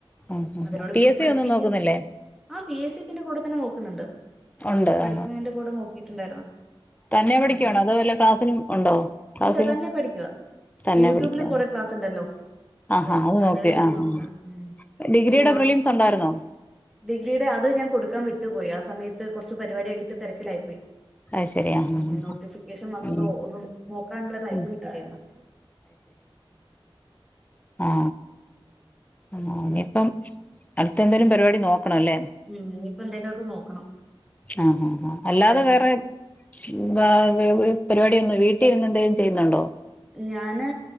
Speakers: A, on the left (about 15°); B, in the centre.
A: ആഹ് ആഹ്
B: അതിനോട്
A: പി
B: പിന്നെ
A: എസ് സി
B: പഠിപ്പിക്കാൻ
A: ഒന്നും നോക്കുന്നില്ലേ
B: ആ പി എസ് സി ഇതിന്റെ കൂടെ തന്നെ നോക്കുന്നുണ്ട്.
A: ഉണ്ട്
B: പഠിക്കുന്നതിന്റെ
A: ആഹാ
B: കൂടെ നോ ക്കിട്ടുണ്ടാരുന്നോ.
A: തന്നെ പഠിക്കുവാണോ
B: അത്.
A: അതോ വല്ല ക്ലാസ്സിനും ഉണ്ടോ ക്ലാസ്സിലും
B: ഇല്ല തന്നെ പഠിക്ക്വ.
A: തന്നെ
B: യൂട്യൂബില്
A: പഠിക്കുവാ
B: കൊറെ ക്ലാസ്സ് ണ്ടല്ലോ. അപ്പം
A: ആഹാ അത്
B: അതെച്ചിട്ട്
A: നോക്കി ആഹാ
B: നോക്ക. മ്മ്
A: ഡിഗ്രിയുടെ
B: ചുമ്മ
A: പ്രിലിംസ് ഉണ്ടായിരുന്നോ
B: ഡിഗ്രിയുടെ അത് ഞാൻ കൊടുക്കാൻ വിട്ടു പോയി ആ സ് സമയത്ത് കൊറച്ച് പരിപാടി ആയിട്ട് തെരക്കിലായി പോയി
A: അത് ശരി ആഹാ
B: ഉം
A: ആഹാ
B: നോട്ടിഫിക്കേഷൻ വന്നതോ
A: ഉം
B: ഒന്നും നോക്കാനുള്ള ടൈമ്
A: ഉം
B: കിട്ടില്യാരുന്നു
A: ആ മോനിപ്പം അട് തെന്തേലും പരിപാടി നോക്കണം ല്ലേ
B: ഉം ഇപ്പൊ എന്തേലുമൊക്കെ നോക്കണം
A: ആ ഹാ ഹാ അല്ലാതെ
B: പഠിക്കും
A: വേറെ <unintelligible> പരിപാടി ഒന്നു വീട്ടീര്ന്ന് ന്തെലും ചെയ്യുന്നുണ്ടോ
B: ഞാന്